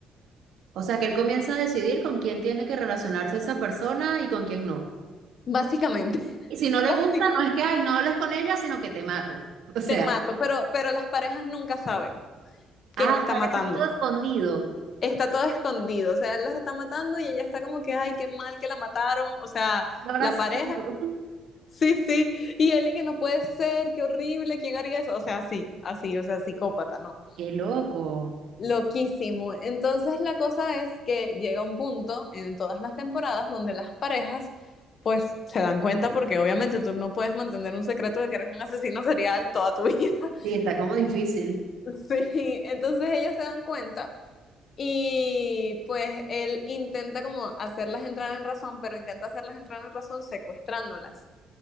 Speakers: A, on the right; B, on the left.
A: O sea, que él comienza a decidir con quién tiene que relacionarse esa persona y con quién no.
B: Básicamente, <laughs>
A: Y si no
B: básicamente
A: le gusta, no es que, ay, no hables con ella, sino que te mato. <laughs> O sea,
B: te mato. Pero, pero las parejas nunca saben que
A: ah,
B: él
A: o
B: está
A: sea,
B: matando.
A: que está todo escondido.
B: Está todo escondido. O sea, él las está matando y ella está como que, ay, qué mal que la mataron. O sea,
A: No habrá
B: la pareja.
A: sido.
B: Sí, sí. Y él y que no puede ser, qué horrible, ¿quién haría eso? O sea, así, así, o sea, psicópata, ¿no?
A: Qué loco.
B: Loquísimo. Entonces la cosa es que llega un punto en todas las temporadas donde las parejas pues se dan cuenta porque obviamente tú no puedes mantener un secreto de que eres un asesino serial toda tu vida. <laughs>
A: Sí, está como difícil
B: Sí, entonces ellas se dan cuenta y pues él intenta como hacerlas entrar en razón, pero intenta hacerlas entrar en razón secuestrándolas.